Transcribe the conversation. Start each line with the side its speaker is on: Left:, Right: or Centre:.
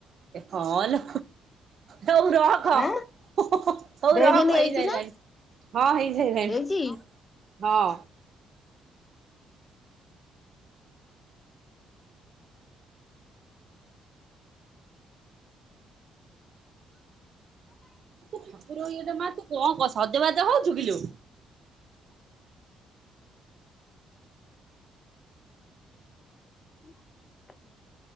Right: ହଁ ଲୋ। ହଉ ର କ।
Left: ଆଁ
Right: ହଉ
Left: ଦେଖେନି
Right: ରହକ ହେଇଯାଇଲାଣି
Left: ହେଇଛି ନା
Right: ହଁ ହେଇାଇଲାଣି।
Left: ହେଇଛି
Right: ହଁ। ତୁ ଠାକୁର ଇଏଟା ମା ତୁ କଣ ସଜବାଜ ହଉଛୁ କିଲୋ?
Left: <unintelligible>